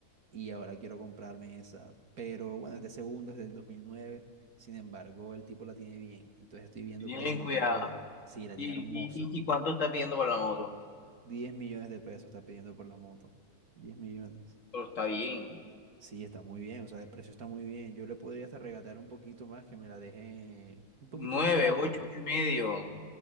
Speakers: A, on the right (about 65°); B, on the left (about 55°).
A: y ahora quiero comprarme esa. Pero bueno, es de segundo, es del dos mil nueve Sin embargo, el tipo la tiene bien. Entonces estoy viendo
B: bien,
A: para
B: bien
A: ver si me
B: cuidado.
A: compro esa. Sí, la
B: ¿Y,
A: tiene hermosa.
B: y, y y cuánto está pidiendo por la moto?
A: diez millones de pesos está pidiendo por la moto. diez millones.
B: Pero está bien.
A: Sí, está muy bien. O sea, el precio está muy bien. Yo le podría hasta regatear un poquito más que me la deje un poquito
B: Nueve,
A: más barata.
B: ocho, ocho y medio. O